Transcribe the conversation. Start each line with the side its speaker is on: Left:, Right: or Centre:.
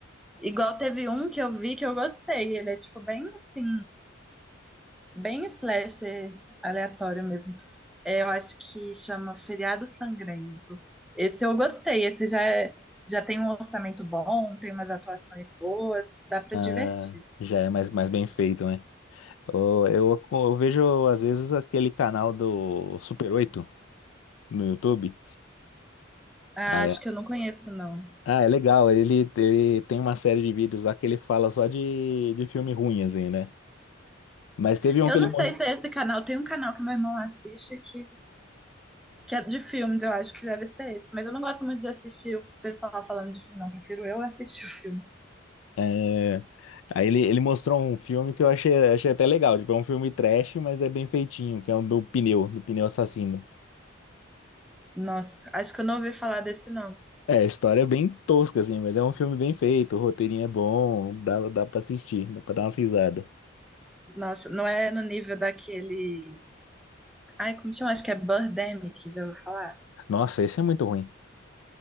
Centre: Igual teve um que eu vi que eu gostei, ele é tipo bem assim, Bem slasher aleatório mesmo. É, eu acho que chama Feriado Sangrento. Esse eu gostei. Esse já, é- já tem um orçamento bom, tem umas atuações boas, dá pra
Left: Ah,
Centre: divertir.
Left: já é mais, mais bem feito, né? Ô, Eu, eu vejo, às vezes, aquele canal do Super Oito no YouTube.
Centre: Ah,
Left: Ah, é,
Centre: acho que eu não conheço, não.
Left: ah, é legal. Ele, ele tem uma série de vídeos lá que ele fala só de, de filme ruim, assim, né? Mas teve um
Centre: Eu
Left: que ele
Centre: não
Left: mostrou.
Centre: sei se é esse canal. Tem um canal que meu irmão assiste que, que é de filmes, eu acho que deve ser esse. Mas eu não gosto muito de assistir o pessoal falando de filme, não. Prefiro eu assistir <laughs> o filme.
Left: É, Aí ele, ele mostrou um filme que eu achei, achei até legal. Tipo, é um filme trash, mas é bem feitinho, que é o do pneu, do pneu assassino.
Centre: Nossa, acho que eu não ouvi falar desse, não.
Left: É, a história é bem tosca, assim, mas é um filme bem feito, o roteirinho é bom, dá, dá pra assistir, dá pra dar umas risadas.
Centre: Nossa, não é no nível daquele. Ai, como chama? Acho que é Birdemic, já vou falar?
Left: Nossa, esse é muito ruim.